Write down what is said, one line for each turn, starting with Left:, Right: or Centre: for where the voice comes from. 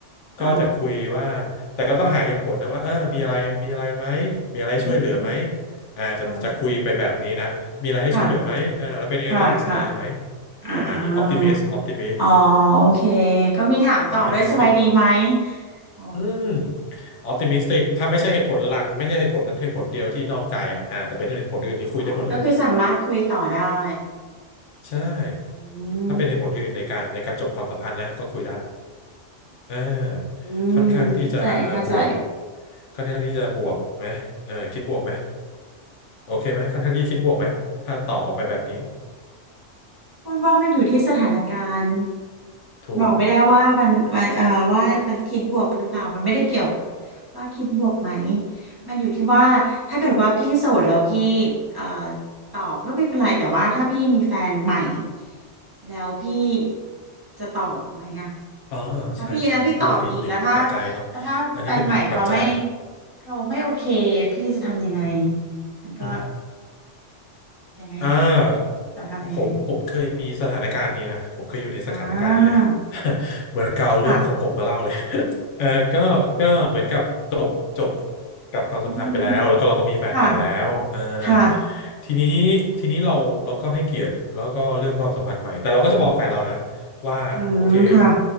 Right: อ๋อ
Left: ก็จะคุยว่าแต่ก็ต้องหาเหตุผลนะว่าเออมีอะไรมีอะไรไหมมีอะไรให้ช่วยเหลือไหม
Right: อืม
Left: อ่าจะจะคุยไปแบบนี้นะมีอะไรให้ช่วยเหลือไหมเออแล้วเป็นยังไงบ้างสบายดีไหม
Right: ค่ะค่ะค่ะค่ะอ่า
Left: ประมาณนี้ออ t ติมิสออ t ติมิส
Right: อ๋อโอเค
Left: อ
Right: ก็มีถามต่อด้วยสบายดีไหม
Left: อ t ติมิสติก
Right: โอ้
Left: อืมออ t ติมิสติกถ้าไม่ใช่เหตุผลหลักไม่ใช่เหตุผลนั้นเหตุผลเดียวที่นอกใจอ่ะอ่าแต่เป็นเหตุผลอื่นนี่คุยได้หมดเลย
Right: อ๋อ ก็คือสามารถคุยต่อได้
Left: ใช่
Right: อืม
Left: ถ้าเป็นเหตุผลอื่นในการในการจบความสัมพันธ์นะก็คุยได้ อ่า
Right: อืมเข้าใจเข้าใจ
Left: ค่อนข้างที่จะบวกค่อนข้างที่จะบวกไหมเออคิดบวกไหมโอเคไหมค่อนข้างที่จะคิดบวกไหมถ้าตอบออกไปแบบนี้
Right: คุณว่ามันอยู่ที่สถานการณ์
Left: ถูก
Right: บอกไม่ได้ว่ามันมันเอ่อว่ามันคิดบวกหรือเปล่ามันไม่ได้เกี่ยวกับว่าคิดบวกไหมมันอยู่ที่ว่าถ้าเกิดว่าพี่โสดแล้วพี่เอ่อตอบก็ไม่เป็นไรแต่ว่าถ้าพี่มีแฟนใหม่แล้วพี่จะตอบไหมอะ
Left: <coughs> อ๋อใช่ใช่นี่ก็คืออีกหนึ่งปัจจัยเนาะ
Right: ถ้าพี่แล้วพี่ตอบอีกแล้วถ้าแล้วถ้าแฟนใหม่เขาไม่
Left: อันนี้เป็นหนึ่งปัจจัย
Right: เขาไม่โอเคพี่จะทำยังไง
Left: <coughs>
Right: มันก็
Left: อืม
Right: ยังไงล่ะ
Left: อ่า
Right: จะทำยังไง
Left: ผมผมเคยมีสถานการณ์นี้นะผมเคยอยู่ในสถานการณ์นี้นะ
Right: อ่า
Left: <laughs> เหมือนกับเอาเรื่องของผมมาเล่าเลย
Right: ค่ะ
Left: <laughs> เออก็ก็เหมือนกับจบจบกับความสัมพันธ์ไปแล้วแล้วก็เราก็มีแฟนใหม่แล้วเออ
Right: อือหือค่ะค่ะ
Left: ทีนี้ทีนี้เราเราก็ให้เกียรติแล้วก็เรื่องความสัมพันธ์ใหม่แต่เราก็จะบอกแฟนเรานะว่าโอเค
Right: อืมค่ะ